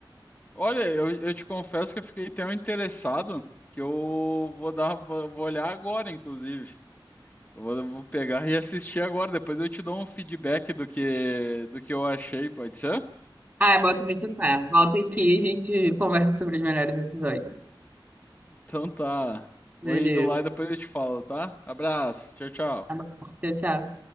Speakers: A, on the left; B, on the right.
A: Olha, eu, eu te confesso que eu fiquei tão interessado que eu vou dar, vou vou olhar agora, inclusive. Eu vou, vou pegar e assistir agora. Depois eu te dou um feedback do que, do que eu achei, pode ser?
B: Ah, bota muito fé. Volta aqui e a gente conversa sobre os melhores episódios.
A: Então tá. Vou
B: Beleza.
A: indo lá e depois eu te falo, tá? Abraço. Tchau, tchau.
B: Tá bom. Tchau, tchau.